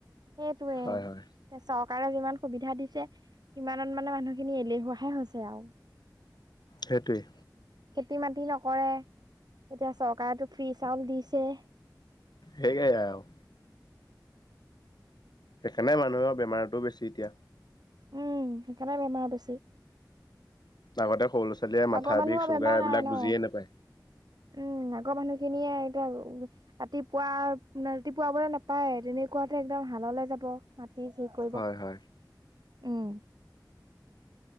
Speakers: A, on the right; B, on the left.
A: সেইটোৱেই।
B: হয় হয়।
A: চৰকাৰে যিমান সুবিধা দিছে সিমানত মানে মানুহখিনি এলেহুৱাহে হৈছে আৰু। <inaudible>
B: সেইটোৱেই।
A: খেতি মাতি নকৰে এতিয়া চৰকাৰেতো ফ্ৰী চাউল দিছে।
B: সেয়াই আৰু। সেইকাৰণে মানুহৰ বেমাৰতো বেছি এতিয়া।
A: উম সেইকাৰণে বেমাৰ বেছি।
B: আগতে সৰু'ছোৱালীয়ে মাথা
A: আগৰ মানুহৰ
B: বিষ চুগাৰ
A: বেমাৰ
B: এইবিলাক
A: নাই ন
B: বুজিয়ে নাপায়।
A: উম আগৰ মানুহ খিনিয়ে এতিয়া ৰাতিপুৱা ৰাতিপুৱা বলে নাপায় তেনেকুৱাতে একদম হাললে যাব। জি তি কৰিব
B: হয়
A: উম।
B: হয়।